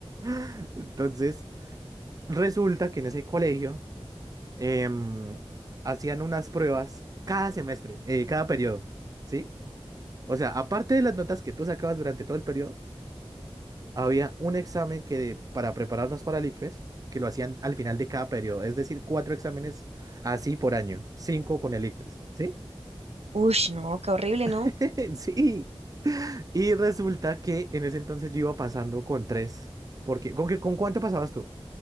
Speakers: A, on the right (about 35°); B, on the right (about 80°).
A: <laughs> Entonces... Resulta que en ese colegio em, hacían unas pruebas cada semestre, eh, cada periodo, ¿sí? O sea, aparte de las notas que tú sacabas durante todo el periodo, había un examen que de- para prepararnos para el ICFES, que lo hacían al final de cada periodo, es decir, cuatro exámenes así por año, cinco con el ICFES, ¿sí?
B: Uy, no, qué horrible,
A: <laughs>
B: ¿no?
A: Sí. Y resulta que en ese entonces yo iba pasando con tres, porque ¿con qué, con cuánto pasabas tú